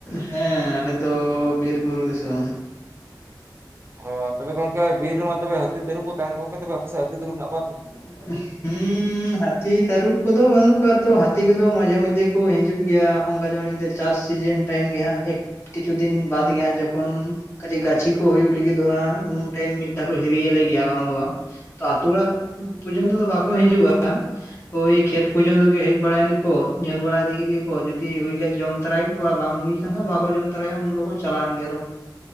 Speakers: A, on the left (about 35°); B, on the right (about 30°).
A: ᱦᱮᱸ ᱟᱞᱮ ᱫᱚ ᱵᱤᱨ ᱵᱩᱨᱩ ᱫᱤᱥᱚᱢ
B: <inaudible> ᱚ ᱛᱚᱵᱮ ᱜᱚᱝᱠᱮ ᱵᱤᱨ ᱨᱮᱢᱟ ᱛᱚᱵᱮ ᱦᱟᱹᱛᱤ ᱛᱟᱹᱨᱩᱵ ᱠᱚ ᱛᱟᱦᱮᱱ ᱜᱚᱝᱠᱮ ᱛᱚᱵᱮ ᱟᱯᱮ ᱥᱮ ᱦᱟᱹᱛᱤ ᱛᱟᱹᱨᱩᱵ ᱠᱚ ᱢᱮᱱᱟᱜ ᱠᱚᱣᱟ
A: <inaudible> ᱦᱩᱸ ᱦᱟᱹᱛᱤ ᱛᱟᱹᱨᱩᱵ ᱠᱚᱫᱚ ᱵᱟᱹᱱᱩᱜ ᱠᱚᱣᱟ ᱛᱚ ᱦᱟᱹᱛᱤ ᱠᱚᱫᱚ ᱢᱟᱡᱷᱮ ᱢᱚᱫᱷᱮ ᱠᱚ ᱦᱤᱡᱩᱜ ᱜᱮᱭᱟ ᱚᱱᱠᱟ ᱡᱮᱢᱚᱱ ᱱᱤᱫᱟᱹᱡ ᱪᱟᱥ ᱥᱤᱡᱤᱱ ᱴᱟᱭᱤᱢ ᱜᱮ ᱦᱟᱸᱜ ᱮᱠ ᱠᱤᱪᱷᱩ ᱫᱤᱱ ᱵᱟᱫ ᱜᱮ ᱦᱟᱸᱜ ᱡᱚᱠᱷᱚᱱ ᱠᱟᱪᱷᱤᱠ ᱜᱟᱪᱷᱤ ᱠᱚ ᱦᱩᱭᱩᱜ ᱞᱟᱹᱜᱤᱫᱚᱜᱼᱟ, ᱩᱱ ᱴᱟᱭᱤᱢ ᱢᱤᱫ ᱫᱷᱟᱣ ᱠᱚ ᱦᱤᱨᱤ ᱟᱞᱮ ᱜᱮᱭᱟ ᱵᱟᱝ ᱫᱚ ᱵᱟᱝ᱾ ᱟᱛᱚ ᱚᱲᱟᱜ ᱯᱚᱨᱡᱚᱱᱛᱚ ᱫᱚ ᱵᱟᱠᱚ ᱦᱤᱡᱩᱜᱼᱟ ᱳᱭ ᱠᱷᱮᱛ ᱯᱚᱨᱡᱚᱱᱛᱚ ᱜᱮ ᱦᱮᱡ ᱵᱟᱲᱟᱭ ᱱᱮᱠᱚ, ᱧᱮᱞ ᱵᱟᱲᱟ ᱤᱫᱤ ᱜᱮᱡ ᱠᱚ, ᱡᱩᱫᱤ ᱦᱩᱭ ᱠᱷᱟᱡ ᱡᱚᱢ ᱛᱟᱨᱟᱭ ᱜᱮᱡ ᱠᱚ ᱵᱟᱝ ᱦᱩᱭ <unintelligible> ᱵᱟᱠᱚ ᱡᱚᱢ ᱛᱚᱨᱟᱭᱟ ᱩᱱ ᱫᱚᱠᱚ ᱪᱟᱞᱟᱣ ᱮᱱ ᱜᱮᱭᱟ ᱟᱨᱚ᱾